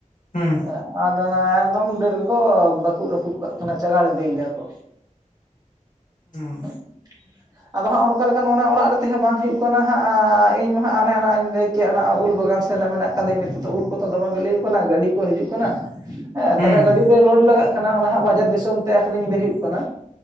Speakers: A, on the left; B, on the right.
A: ᱦᱩᱸ
B: ᱦᱮᱸ, ᱟᱨ ᱚᱱᱟ ᱮᱠᱫᱚᱢ ᱰᱟᱹᱨ ᱠᱚ ᱨᱟᱹᱯᱩᱫ ᱠᱟᱜ ᱠᱟᱱᱟ, ᱪᱟᱜᱟᱲ ᱤᱫᱤᱭᱮᱫᱟ ᱠᱚ ᱾
A: ᱦᱩᱸ
B: <unintelligible> ᱟᱫᱚ ᱦᱟᱸᱜ ᱚᱱᱠᱟ ᱞᱮᱠᱟᱱ ᱚᱲᱟᱜ ᱨᱮ ᱛᱮᱦᱚᱸ ᱵᱟᱝ ᱦᱩᱭᱩᱜ ᱠᱟᱱᱟ ᱦᱟᱸᱜ ᱤᱧ ᱢᱟ ᱦᱟᱸᱜ ᱚᱱᱮ ᱚᱱᱟᱧ ᱞᱟᱹᱭ ᱠᱮᱫ ᱾ ᱪᱮᱫ ᱚᱱᱟ ᱩᱞ ᱵᱟᱜᱟᱱ ᱥᱮᱱ ᱢᱮᱱᱟᱜ ᱠᱟᱫᱤᱧ ᱾ ᱱᱤᱛᱚᱜ ᱫᱚ ᱩᱞ ᱠᱚᱫᱚ ᱫᱚᱢᱮ ᱵᱤᱞᱤᱣ ᱠᱟᱱᱟ ᱜᱟᱹᱰᱤ ᱠᱚ ᱦᱤᱡᱩᱜ ᱠᱟᱱᱟ ᱾ ᱦᱮᱸ,
A: ᱦᱩᱸ
B: ᱛᱟᱦᱚᱞᱮ ᱜᱟᱹᱰᱤ
A: ᱦᱩᱸ
B: ᱨᱮ ᱞᱳᱰ ᱞᱟᱜᱟᱜ ᱠᱟᱱᱟ ᱚᱱᱟ ᱦᱟᱹᱜ ᱵᱟᱡᱟᱨ ᱫᱤᱥᱚᱢ ᱛᱮ ᱟᱠᱷᱨᱤᱧ ᱤᱫᱤ ᱦᱩᱭᱩᱜ ᱠᱟᱱᱟ ᱾